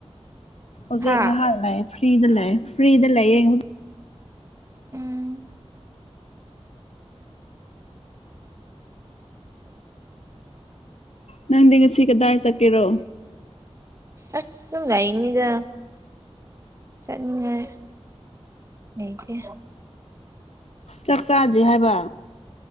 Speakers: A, on the left; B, on the right.
A: ꯍꯧꯖꯤꯛ
B: ꯍꯥꯥ
A: ꯉꯥꯏꯍꯥꯛ ꯂꯩꯌꯦ ꯐ꯭ꯔꯤꯗ ꯂꯩꯌꯦ ꯐ꯭ꯔꯤꯗ ꯂꯩꯌꯦ ꯍꯨ
B: ꯎꯝ
A: ꯅꯪꯗꯤ ꯉꯁꯤ ꯀꯗꯥꯏ ꯆꯠꯀꯦꯔꯣ
B: ꯑꯁ ꯁꯨꯝ ꯂꯩꯕꯅꯤꯗ ꯆꯠꯅꯤꯡꯉꯥꯏ ꯂꯩꯇꯦ
A: ꯆꯥꯛ ꯆꯥꯗ꯭ꯔꯤ ꯍꯥꯏꯕ